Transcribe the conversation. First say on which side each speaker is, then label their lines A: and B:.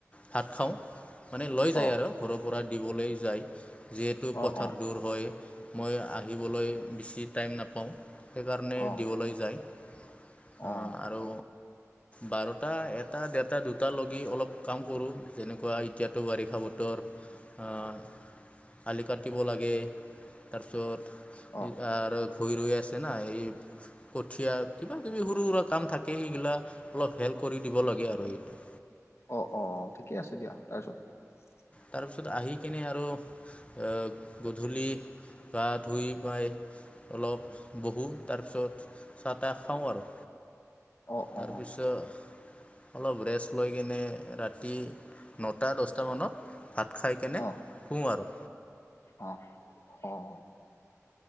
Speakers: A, on the left; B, on the left.
A: ভাত খাওঁ। মানে লৈ যায়
B: অ
A: আৰু ঘৰৰ পৰা দিবলৈ যায় যিহেতু
B: অ
A: পথাৰ
B: অ
A: দূৰ হয়। মই আহিবলৈ বেছি টাইম নাপাওঁ সেইকাৰণে
B: অ
A: দিবলৈ যায়। অ',
B: অ
A: আৰু বাৰটা, এটা, দেৰটা, দুটা লগি অলপ কাম কৰোঁ যেনেকুৱা এতিয়াতো বাৰিষা বতৰ, আ'। আলি কাটিব লাগে তাৰপিছত
B: অ
A: আৰু ভুই ৰৈ আছে না, এই কঠীয়া কিবা- কিবি সৰু- সুৰা কাম থাকে সেইগিলা অলপ হেল্প কৰি দিব লাগে আৰু এইটো
B: অ', অ' ঠিকে আছে দিয়া তাৰপিছত
A: তাৰপিছত আহি কিনে আৰু আ'হ গধূলি বা ধুই পাই অলপ বহোঁ তাৰপিছত চাহ -তাহ খাওঁ আৰু
B: অ
A: তাৰপিছত
B: অ
A: অলপ ৰেষ্ট লৈ কিনে ৰাতি নটা, দচটামানত ভাত খাই কেনে
B: অ
A: শুওঁ আৰু
B: অ', অ'।